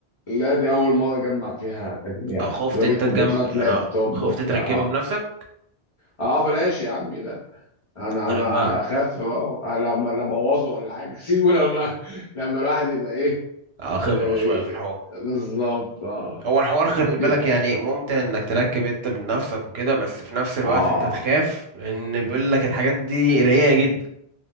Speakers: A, on the left (about 35°); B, on the right (about 70°).
A: لا دي اول مره اجمع فيها تجميع
B: آه، خفت
A: كنت بجيب
B: انت
A: كمبيوترات
B: تجم آه،
A: لابتوب
B: خفت
A: وبتاع
B: تركبه
A: اه
B: بنفسك
A: اه بلاش يا عمي لا انا
B: انا
A: ما
B: بقى
A: اخاف اه لما لا ابوظه ولا حاجه <laughs> سيبه لما لما الواحد يبقى ايه
B: آه، خبرة
A: آه
B: شوية في الحوار
A: بالظبط اه
B: هو الحوار خلي
A: جبت
B: بالك يعني ممتع انك تركب انت بنفسك وكده بس في نفس
A: اه
B: الوقت انت تخاف لان بيقول لك الحاجات دي رقيقة جدا